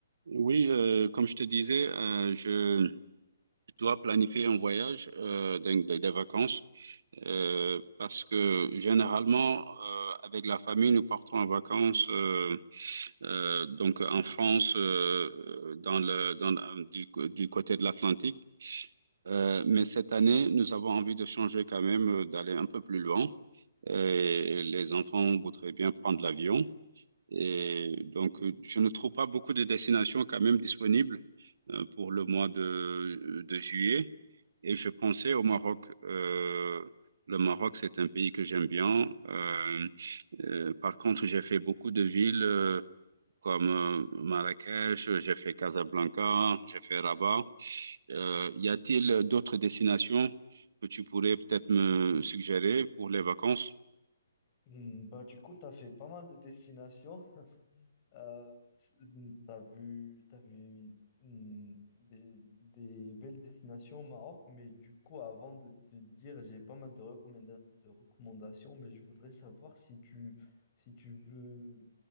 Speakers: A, on the right; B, on the left.
A: Oui, euh, comme je te disais, euh, je dois planifier un voyage, euh, donc des des vacances, euh, parce que généralement, euh, avec la famille, nous partons en vacances, euh, euh, donc en France, euh, dans le, dans, du, du côté de l'Atlantique. Euh, mais cette année, nous avons envie de changer quand même, euh, d'aller un peu plus loin. Et les enfants voudraient bien prendre l'avion. Et donc, euh, je ne trouve pas beaucoup de destinations quand même disponibles euh, pour le mois de, de juillet. Et je pensais au Maroc. Euh, le Maroc, c'est un pays que j'aime bien. Euh, euh, par contre, j'ai fait beaucoup de villes euh, comme euh, Marrakech, j'ai fait Casablanca, j'ai fait Rabat. Euh, y a-t-il d'autres destinations que tu pourrais peut-être me suggérer pour les vacances?
B: Hmm, Bah, du coup, tu as fait pas mal de destinations. Euh, tu as vu, t'as vu hmm, des, des belles destinations au Maroc, mais du coup, avant de te dire, j'ai pas mal de recommanda- de recommandations, mais je voudrais savoir si tu, si tu veux,